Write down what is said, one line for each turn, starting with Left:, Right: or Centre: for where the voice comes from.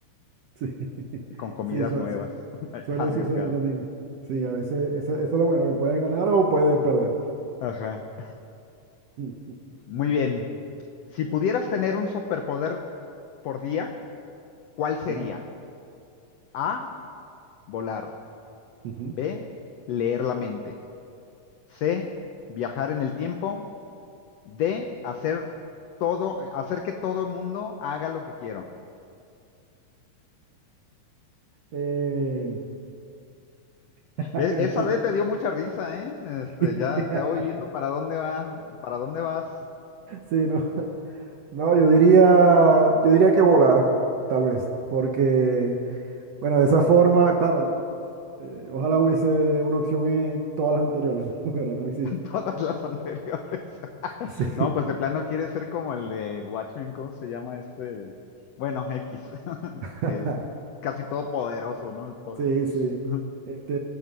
Right: Sí, <laughs>
Left: con comidas
Right: sí, suel-
Left: nuevas,
Right: su-
Left: <laughs>
Right: suele
Left: arriesgadas.
Right: suceder también. Sí, a veces eso, eso es lo bueno, que puedes ganar o puedes perder.
Left: Ajá.
Right: <laughs>
Left: Muy bien. Si pudieras tener un superpoder por día, ¿cuál sería?
Right: ¿Ya?
Left: A, volar.
Right: Ujú.
Left: B, leer la mente. C, viajar en el tiempo. D, hacer todo, hacer que todo el mundo haga lo que quiero.
Right: Eh, <laughs>
Left: E-
Right: esto
Left: esa
Right: está-
Left: D te dio mucha risa, ¿eh? Este,
Right: <laughs>
Left: ya, ya voy viendo para dónde va, para dónde vas.
Right: Sí, no. No, yo diría, yo diría que volar, tal vez, porque, bueno, de esa forma, claro, eh, ojalá hubiese una opción en todas las anteriores, <laughs> pero no existe.
Left: <laughs> Todas las anteriores. <laughs>
Right: Sí,
Left: No, pues de plano quiere ser como el de Watchmen, ¿cómo se llama este? Bueno, X, <laughs>
Right: <laughs>
Left: que es casi todopoderoso, ¿no? El poder.
Right: sí, sí.
Left: <laughs>
Right: Este,